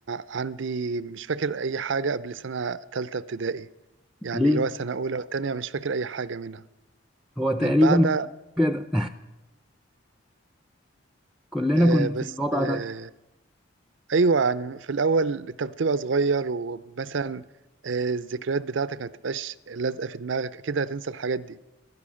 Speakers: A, on the right; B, in the centre.
A: عندي مش فاكر أي حاجة قبل سنة تالتة ابتدائي يعني
B: ليه؟
A: اللي هو سنة أولى والتانية مش فاكر أي حاجة منها
B: هو تقريبا
A: من بعدها
B: كده <laughs> كلنا
A: آه
B: كنا
A: بس
B: في الوضع
A: آه
B: ده
A: أيوة يعني في الأول أنت بتبقى صغير ومثلا آه الذكريات بتاعتك ما بتبقاش لازقة في دماغك أكيد هتنسى الحاجات دي